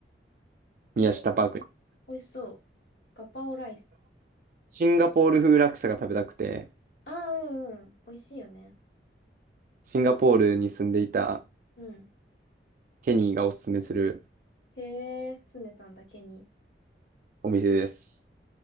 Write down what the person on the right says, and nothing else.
宮下パーク。
シンガポール風ラクサが食べたくて、
シンガポールに住んでいた
ケニーがおすすめする
お店です。